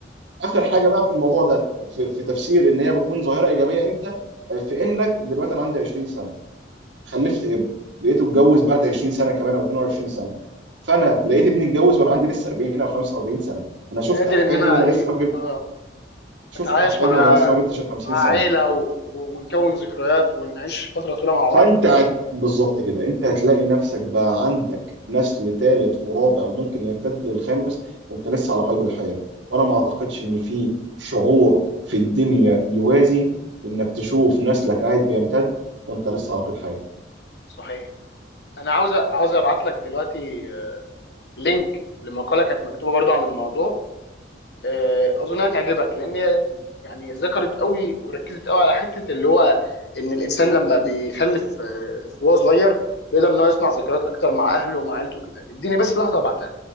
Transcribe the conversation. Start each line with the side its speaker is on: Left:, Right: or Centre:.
Right: آخر حاجة بقى في الموضوع ده في, في تفسير إن هي بتكون ظاهرة إيجابية إمتى آه، في إنك دلوقتي أنا عندي 20 سنة خلفت ابن لقيته اتجوز بعد 20 سنة كمان أو 22 سنة فأنا لقيت ابني اتجوز وأنا عندي لسه 40 أو 45 سنة أنا شفت
Left: قادر
Right: أحفادي
Left: ان انا
Right: وأنا
Left: ايه
Right: لسه ما جبت
Left: اه
Right: شفت
Left: اتعايش
Right: أحفادي
Left: مع
Right: وأنا لسه ما جبتش ال 50
Left: مع
Right: سنة
Left: عيله و... و- ونكون ذكريات ونعيش فتره طويله مع
Right: فانت
Left: بعض
Right: هت- بالظبط كده انت هتلاقي نفسك بقى عندك نسل ثالث ورابع وممكن يمتد للخامس وانت لسه على قيد الحياة وانا ما اعتقدش ان
Left: مم.
Right: في شعور في الدنيا يوازي انك تشوف نسلك قاعد بيمتد وانت لسه على قيد حياة
Left: صحيح انا عاوز عاوز ابعت لك دلوقتي آه، لينك لمقاله كانت مكتوبه برضو عن الموضوع آه، اظن هتعجبك لان هي يعني ذكرت قوي وركزت قوي على حته اللي هو ان الانسان لما بيخلف آه، وهو صغير بيقدر ان هو يصنع ذكريات اكتر مع اهله ومع عيلته كده اديني بس لحظه ابعتها